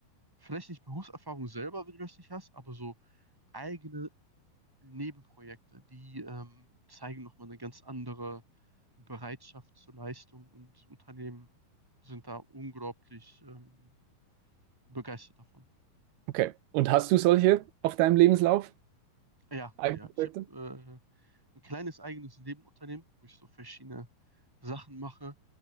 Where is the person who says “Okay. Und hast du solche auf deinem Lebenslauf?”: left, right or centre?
Right